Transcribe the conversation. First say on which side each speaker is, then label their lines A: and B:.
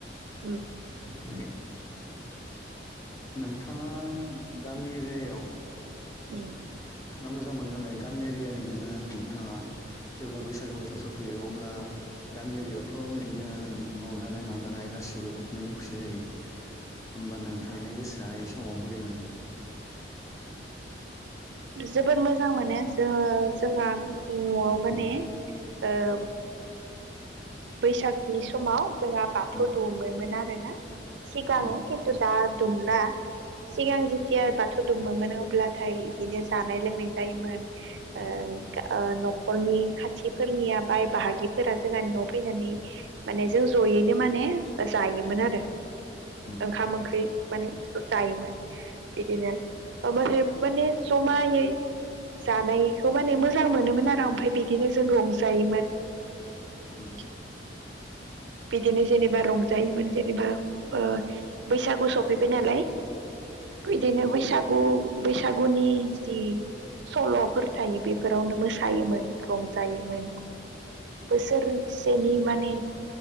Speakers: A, on the right (about 75°); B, on the left (about 15°).
A: उम
B: ओमफ्राय नोंथाङा गामि एरियायाव
A: उम
B: थाना मोजां मोनो नालाय गामि एरियानि नोङो थाङा जेब्ला बैसागो बोथोर सफैयो अब्ला गामि एरिआवथ' बिदिनो रंजानाय माजानाय गासिबो मिनि खुसि जायो। होमबा नोंथांनि गोसोआ इ समाव बोरै मोनो?
A: जोबोर मोजां मोनो जो जोंहा न'आव माने
B: उम
A: ओ बैसागनि समाव जोंहा बाथौ
B: उम
A: दौमोन आरो ना। सिगां
B: उम
A: खिन्थु दा दुमला सिगां जेथिया बाथौ दुमोमोन अब्लाथाय बिदिनो जानाय लोंनाय जायोमोन ओ न'खरनि खाथिफोरनिया बाय बाहागिफोरा जोंहानि न' फैनानै माने जों जयैनो माने जायोमोन आरो।
B: उम
A: ओंखाम ओंख्रि माने जायोमोन बिदिनो ओ माने माने जमायै जानायखौ माने मोजां मोनोमोन आरो ओमफ्राय बिदिनो जों रंजायोमोन।
B: <inaudible>
A: <inaudible> बिदिनो जेनेबा रंजायोमोन जेनेबा ओ बैसागु सफैबाय नालाय बिदिनो बैसागु बैसागुनि जि सल'फोर थायो बेफोरावनो मोसायोमोन रंजायोमोन। बोसोरसेनि माने